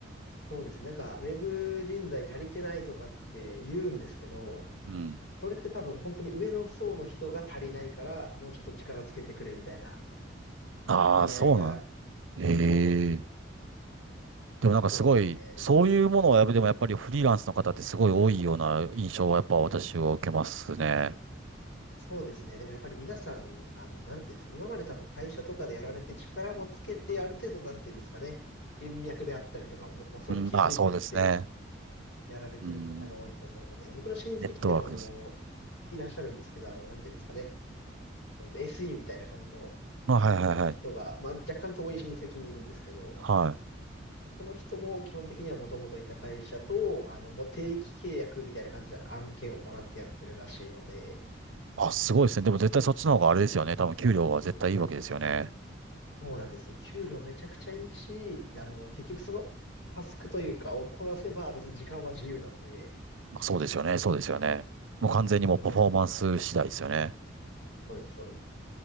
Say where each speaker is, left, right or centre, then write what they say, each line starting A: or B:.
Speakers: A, on the left; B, on the right.
A: そうですね。なんかウェブ人材足りてないとかって言うんですけど、
B: うん。
A: それって多分本当に上の層の人が足りないから、もうちょっと力つけてくれみたいな
B: ああ、
A: 意味合いがす
B: そうなん。ええ
A: ごい大きい。
B: でもなんかすごい、
A: そうですね。
B: そういうものはやっぱでもやっぱりフリーランスの方ってすごい多いような印象はやっぱ私は受けますね。
A: そうですね。でもやっぱり皆さん、あの、なんていうんですか、今まで多分会社とかでやられて力もつけて、ある程度なんていうんですかね、人脈であったりとかもおそらく気づいてきて
B: うん。うんあ、そうですね。
A: やられてる方が多いと思うので、
B: うん。
A: 僕の親戚でもあの、
B: ネットワークです。
A: いらっしゃるんですけど、あの、なんていうんですかね、えっと、SE みたいな感じの、
B: あ、
A: あの、
B: はいはいはい。
A: 人が、まあ若干遠い親戚にいるんですけど、
B: はい。
A: その人も基本的にはもともといた会社と、あの、もう定期契約みたいな感じで案件をもらってやってるらしいので、
B: あ、すごいですね。でも絶対そっちの方があれですよね。多分給料は絶対いいわけですよね。
A: そうなんですよ。給料めちゃくちゃいいし、あの、結局そのタスクというかをこなせば別に時間は自由なんで、
B: まあ、そうですよね。そうですよね。もう完全にもうパフォーマンス次第ですよね。
A: それが、そうです、そうです。